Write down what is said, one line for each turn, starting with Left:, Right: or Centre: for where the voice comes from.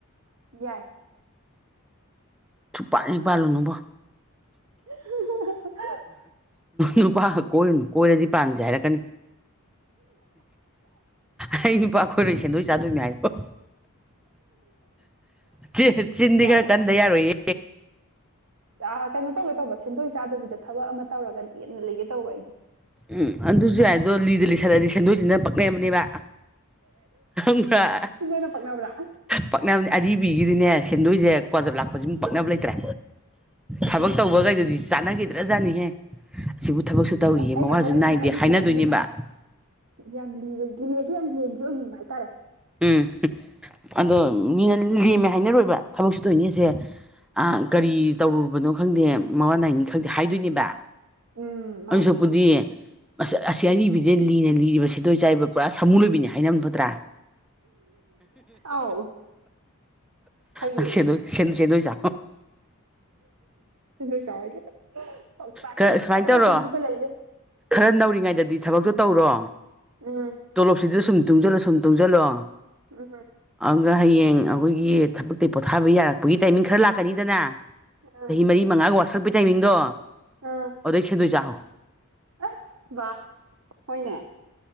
Right: ꯌꯥꯏ
Centre: ꯁꯨ ꯄꯥꯟ ꯍꯦꯛ ꯄꯥꯜꯂꯨꯅꯨꯕꯣ
Right: <unintelligible>
Centre: ꯅꯨꯄꯥꯒ ꯀꯣꯏꯔꯅꯨ ꯀꯣꯏꯔꯗꯤ ꯄꯥꯟꯁꯦ ꯍꯥꯏꯔꯛꯀꯅꯤ ꯑꯩ ꯅꯨꯄꯥ ꯀꯣꯏꯔꯣꯏ ꯁꯦꯟꯗꯣꯏ ꯆꯥꯗꯣꯏ ꯃꯦ ꯍꯥꯏꯌꯣ ꯆꯤꯟ ꯆꯤꯟꯗꯤ
Right: ꯌꯥꯥꯏ
Centre: <unintelligible> ꯌꯥꯔꯣꯏꯌꯦ
Right: ꯑ ꯀꯩꯅꯣ ꯇꯧꯒꯦ ꯇꯧꯕ ꯁꯦꯟꯗꯣꯏ ꯆꯥꯗꯕꯤꯗ ꯊꯕꯛ ꯑꯃ ꯇꯧꯔꯒ ꯂꯦꯝꯅ ꯂꯩꯒꯦ ꯇꯧꯕ ꯑꯩꯗꯤ
Centre: ꯎꯝ ꯑꯗꯨꯁꯨ ꯌꯥꯏ ꯗꯣ ꯂꯤꯗ ꯂꯤꯁꯜꯂꯗꯤ ꯁꯦꯟꯗꯣꯏꯁꯤꯅꯦ ꯄꯛꯅꯕꯅꯦꯕ ꯈꯪꯕꯔꯥ
Right: ꯅꯣꯏꯅ ꯄꯛꯅꯕ꯭ꯔꯥ
Centre: ꯄꯛꯅꯕꯅꯦ ꯑꯔꯤꯕꯤꯒꯤꯗꯤꯅꯦ ꯁꯦꯟꯗꯣꯏꯁꯦ ꯀ꯭ꯋꯥꯖꯞ ꯂꯥꯛꯄꯁꯤꯃꯨꯛ ꯄꯛꯅꯕ ꯂꯩꯇ꯭ꯔꯦ ꯊꯕꯛ ꯇꯧꯕꯈꯩꯗꯨꯗꯤ ꯆꯥꯟꯅꯈꯤꯗ꯭ꯔꯥꯖꯥꯠꯅꯤꯍꯦ ꯑꯁꯤꯕꯨ ꯊꯕꯛꯁꯨ ꯇꯧꯔꯤꯌꯦ
Right: ꯑꯩꯅ
Centre: ꯃꯋꯥꯁꯨ
Right: ꯈꯜꯂꯤꯁꯤꯅ
Centre: ꯅꯥꯏꯗꯦ
Right: ꯑꯔꯤꯕꯔꯤꯕ
Centre: ꯍꯥꯏꯅꯗꯣꯏꯅꯦꯕ
Right: ꯑ ꯌꯥꯝ ꯂꯤꯔꯁꯨ ꯌꯥꯝ ꯂꯦꯝꯕꯤ ꯑꯣꯏꯅꯤꯡꯕ ꯍꯥꯏꯇꯥꯔꯦ
Centre: ꯎꯝ ꯑꯗꯣ ꯃꯤꯅ ꯂꯦꯝꯃꯦ ꯍꯥꯏꯅꯔꯣꯏꯕ ꯊꯕꯛꯁꯨ ꯇꯧꯏꯅꯦꯁꯦ ꯑ ꯀꯔꯤ ꯇꯧꯔꯨꯕꯅꯣ ꯈꯪꯗꯦ ꯃꯥꯋꯥ ꯅꯥꯏꯅꯤ ꯈꯪꯗꯦ ꯍꯥꯏꯗꯣꯏꯅꯦꯕ
Right: ꯎꯝ ꯃꯥꯅꯦ
Centre: ꯑꯩꯁꯨꯛꯄꯨꯗꯤ ꯑꯁ ꯑꯁꯤ ꯑꯔꯤꯕꯤꯖꯦ ꯂꯤꯅ ꯂꯤꯔꯤꯕ ꯁꯦꯟꯗꯣꯏ ꯆꯥꯔꯤꯕ ꯄꯨꯔꯥ ꯁꯃꯨ ꯂꯣꯏꯕꯤꯅꯤ ꯍꯥꯏꯅꯝ ꯐꯠꯇ꯭ꯔꯥ
Right: ꯑꯥꯎ ꯐꯩꯌꯦ
Centre: ꯑꯥ ꯁꯦꯟꯗꯣꯏ ꯁꯦꯟ ꯁꯦꯟꯗꯣꯏ ꯆꯥ
Right: ꯁꯦꯟꯗꯣꯏ ꯆꯥꯎ ꯍꯥꯏꯖꯦ ꯊꯣꯛ ꯊꯥꯛ
Centre: ꯈꯔ
Right: ꯇꯤ ꯐꯖꯕ
Centre: ꯁꯨꯃꯥꯏꯅ
Right: ꯉꯥꯛꯇꯥꯅꯤ
Centre: ꯇꯧꯔꯣ
Right: ꯄꯤꯁꯤꯟꯂꯛꯏꯖꯦ
Centre: ꯈꯔ ꯅꯧꯔꯤꯉꯩꯗꯗꯤ ꯊꯕꯛꯇꯣ ꯇꯧꯔꯣ
Right: ꯎꯝ
Centre: ꯇꯣꯂꯣꯞꯁꯤꯗ ꯁꯨꯝ ꯇꯨꯡꯖꯜꯂꯣ ꯁꯨꯝ ꯇꯨꯡꯖꯜꯂꯣ
Right: ꯎꯝ
Centre: ꯑꯥꯒ ꯍꯌꯦꯡ ꯑꯩꯈꯣꯏꯒꯤ ꯊꯕꯛꯇꯩ ꯄꯣꯊꯥꯕ ꯌꯥꯔꯛꯄꯒꯤ ꯇꯥꯏꯃꯤꯡ ꯈꯔ ꯂꯥꯛꯀꯥꯅꯤꯗꯅ
Right: ꯎꯝ
Centre: ꯆꯍꯤ ꯃꯔꯤ ꯃꯉꯥꯒ ꯋꯥꯁꯜꯂꯛꯄꯩ ꯇꯥꯏꯃꯤꯡꯗꯣ
Right: ꯎꯝ
Centre: ꯑꯗꯩ ꯁꯤꯟꯗꯣꯏ ꯆꯥꯍꯧ
Right: ꯑꯁ ꯕꯥ ꯍꯣꯏꯅꯦ